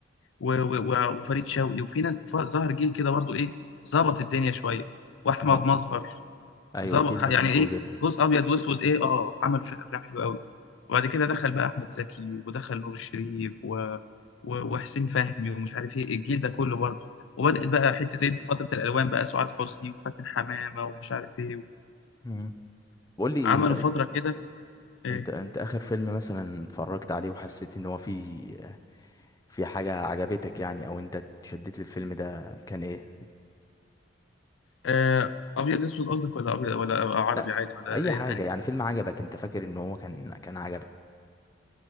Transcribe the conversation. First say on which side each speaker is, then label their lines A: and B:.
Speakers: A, on the left; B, on the left.
A: و... و... وفريد شوقي وفي ناس ف- ظهر جيل كده برضو ايه ظبط الدنيا شويه واحمد
B: اه
A: مظهر
B: ايوه
A: ظبط
B: الجيل ده كان
A: يعني
B: قوي
A: ايه
B: جدا
A: جزء ابيض واسود ايه اه عملوا شويه افلام حلوه قوي وبعد كده دخل بقى احمد زكي ودخل نور الشريف و... و... وحسين فهمي ومش عارف ايه الجيل ده كله برضه وبدات بقى حته ايه فتره الالوان بقى سعاد حسني وفاتن حمامه ومش عارف ايه
B: مم. قول لي
A: عملوا
B: انت
A: فتره كده ايه
B: انت انت اخر فيلم مثلا اتفرجت عليه وحسيت ان هو فيه في حاجة عجبتك يعني او انت اتشدت للفيلم ده كان ايه
A: آه ابيض اسود قصدك ولا ابيض ولا عربي
B: لا
A: عادي ولا
B: اي
A: ايه
B: حاجة
A: يعني
B: يعني فيلم عجبك انت فاكر ان هو كان كان عجبك